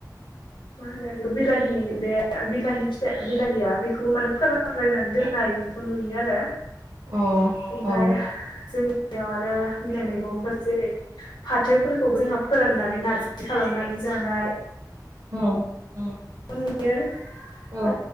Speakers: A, on the left; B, on the right.
A: मा होनो बेखौ बिलाहि बे बिलाहि फिथाइ बिलाहिया बेखौ माने फोरानलायनानै दोननाय बेखौ नुयो आरो
B: औ
A: ओमफ्राय
B: उम
A: जों बेयाव आरो बिलाइ मैगंफोर जेरै फाथोफोरखौ जोंहा फोराननानै नारजि खालामनानै जानाय
B: औ औ
A: बियो ओ
B: औ